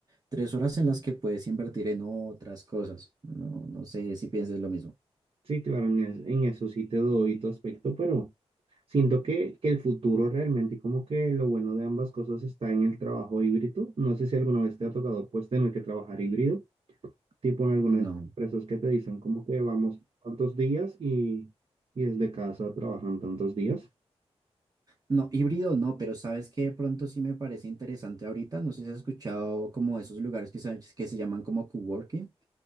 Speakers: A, on the right; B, on the right.
A: tres horas en las que puedes invertir en otras cosas, no, no sé si pienses lo mismo.
B: Sí, claro, en, es- en eso sí te doy tu aspecto, pero siento que, que el futuro realmente, como que lo bueno de ambas cosas está en el trabajo híbrido. No sé si alguna vez te ha tocado pues tener que trabajar híbrido, tipo en algunas
A: No,
B: empresas que te dicen como que vamos tantos días y, y desde casa trabajan tantos días.
A: no, híbrido no, pero sabes que de pronto sí me parece interesante ahorita, no sé si has escuchado como esos lugares que se, que se llaman como coworking.